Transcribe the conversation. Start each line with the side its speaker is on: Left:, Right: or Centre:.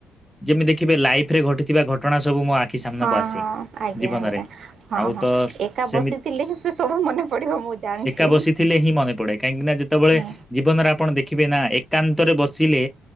Centre: ଯେମିତି ଦେଖିବେ ଲାଇଫ ରେ ଘଟିଥିବା ଘ ଘଟଣା ସବୁ ମୋ ଆଖି ସାମ୍ନାକୁ
Right: ହଁ
Centre: ଆସେ
Right: ହଁ ଆଜ୍ଞା
Centre: ଜୀବନରେ
Right: ଆଜ୍ଞା। ହଁ
Centre: ଆଉ
Right: ହଁ
Centre: ତ।
Right: ଏକା
Centre: ସେମି
Right: ବସିଥିଲେ ହିଁ ସେ ସବୁ ମନେ ପଡିବ ମୁଁ ଜାଣିଛି।
Centre: ଏକା ବସିଥିଲେ ହିଁ ମନେ ପଡେ କାହିଁକି ନା ଯେତେବେଳେ।
Right: ହୁଁ
Centre: ଜୀବନରେ ଆପଣ ଦେଖିବେ ନା ଏକାନ୍ତରେ ବସିଲେ